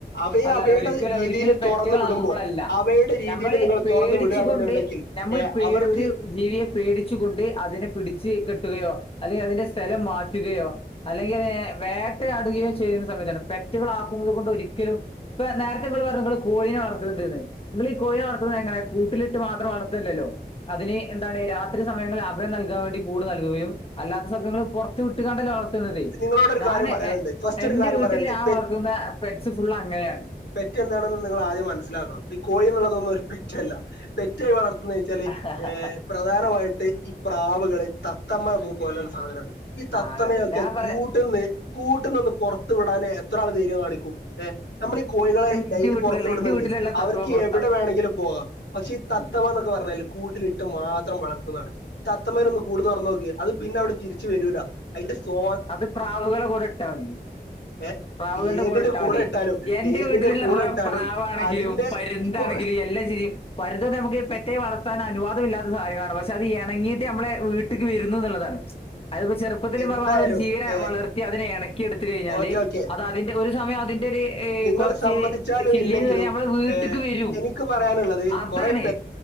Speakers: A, on the left (about 90°); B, on the left (about 35°).
A: അവയെ
B: അല്ല
A: അവയുടെ
B: അല്ല ഒരിക്കലും
A: രീതിയിൽ
B: ഒരിക്കലും പെറ്റുകളാക്കുമ്പോഴല്ല
A: തൊറന്ന് വിടുമ്പോ അവയുടെ രീതിയില്
B: നമ്മള്
A: നിങ്ങള്
B: പേടിച്ചുകൊണ്ട്
A: തൊറന്നു വിടാണെന്നുണ്ടെങ്കിൽ
B: നമ്മൾ
A: ഏഹ്
B: പേടി
A: അവർക്ക്
B: ഒരു ജീവിയെ പേടിച്ചു കൊണ്ട് അതിനെ പിടിച്ച് കെട്ടുകയോ അല്ലെങ്കിൽ അതിന്റെ സ്ഥലം മാറ്റുകയോ അല്ലെങ്കിൽ ഏഹ് വേട്ടയാടുകയോ ചെയ്യുന്ന സമയത്താണ് പെറ്റുകൾ ആക്കുന്നത് കൊണ്ട് ഒരിക്കലും ഇപ്പം നേരത്തെ നിങ്ങള് പറഞ്ഞു നിങ്ങള് കോഴീനെ വർത്തണുണ്ട്ന്ന് നിങ്ങള് ഈ കോഴീനെ വളർത്തുന്നത് എങ്ങനെ കൂട്ടിലിട്ട് മാത്രം വളർത്തല്ലല്ലോ അതിന് എന്താണ് രാത്രി സമയങ്ങളിൽ അഭയം നൽകാൻ വേണ്ടി കൂട് നൽകുകയും അല്ലാത്ത സമയങ്ങളിൽ പുറത്തു വിട്ടുങ്ങാണ്ടല്ലേ വളർ
A: നിങ്ങളോട് ഒരു
B: ഞാൻ
A: കാര്യം പറയാനുണ്ട് ഫസ്റ്റ്
B: എന്റെ
A: ഒരു കാര്യം
B: വീട്ടിൽ
A: പറയാനുണ്ട്
B: ഞാൻ വളർത്തുന്ന പെട്സ് ഫുൾ അങ്ങനെയാണ്
A: പെറ്റെന്താണെന്ന് നിങ്ങൾ ആദ്യം മനസ്സിലാക്കണം ഈ കോഴി എന്നുള്ളതൊന്നും ഒരു പെറ്റല്ല പെറ്റുകളെ വളർത്തുന്ന വെച്ചാല്
B: ആഹ്
A: പ്രധാനമായിട്ട് ഇ പ്രാവുകൾ തത്തമ്മ പോലുള്ള സാധനമാണ് ഈ തത്തമ്മയൊക്കെ
B: അതെ അതെ ഞാൻ പറയാ
A: കൂട്ടീന്ന് കൂട്ടീന്നൊന്നു പുറത്തു വിടാൻ എത്ര ആള് ധൈര്യം കാണിക്കും ഏ നമ്മൾ ഈ കോഴികളെ
B: ഇന്റെ
A: ഡെയ്‌ലി
B: വീട്ടിലുള്ള
A: പുറത്തു വിടുന്നുണ്ട്
B: ഇന്റെ വീട്ടിലുള്ള
A: ന്തു
B: തത്തമ്മ
A: അവർക്ക്
B: പുറത്താണ്
A: എവിടെ വേണമെങ്കിലും പോകാം പക്ഷേ ഈ തത്തമ്മ
B: ഉം
A: എന്നൊക്കെ പറഞ്ഞാല് കൂട്ടിലിട്ട് മാത്രം വളർത്തുന്നതാണ് തത്തമേനെ ഒന്ന് കൂട് തുറന്നു നോക്കു അത് പിന്നെവിടെ തിരിച്ചു വരൂല അതിന്റെ സ്വാ
B: അത് പ്രാവുകളുടെ കൂടെ ഇട്ടാൽ മതി
A: ഏ
B: പ്രാവുകളുടെ
A: ഏതിന്റെ
B: കൂടെ ഇട്ടാൽ മതി
A: ഇട്ടാലും
B: എന്റെ
A: ഏതിന്റെ
B: വീട്ടിലുള്ള
A: കൂടെ ഇട്ടാലും
B: പ്രാവു ആണെങ്കിലും
A: അതിന്റെ
B: പരുന്താണെങ്കിലും
A: ഇപ്പൊ
B: എല്ലാം ചെയ്യും പരുന്ത് നമുക്ക് പെറ്റേ വളത്താൻ അനുവാദമില്ലാത്ത സാഹചര്യമാണ് പക്ഷെ അത് ഇണങ്ങീയിട്ട് നമ്മളെ വീട്ടിക്ക് വരുന്നു എന്നുള്ളതാണ് അതിപ്പം ചെറുപ്പത്തില്
A: എന്തായാലും
B: ഒരു അതിനെ
A: ഏ
B: വളർത്തി അതിനെ എണക്കിയെടുത്തു കഴിഞ്ഞാല്
A: ഓക്കെ ഓക്കെ
B: അത് അതിന്റെ ഒരു സമയം അതിന്റെ എ
A: നിങ്ങൾ
B: കുറച്ച്
A: സമ്മതിച്ചാലും
B: ചില്ലന്ന്
A: ഇല്ലെങ്കിലും
B: കഴിഞ്ഞാൽ നമ്മളെ വീട്ടക്ക്
A: ഏ
B: വരും
A: എനിക്ക് പറയാനുള്ളത്
B: അതാണ്
A: കുറെ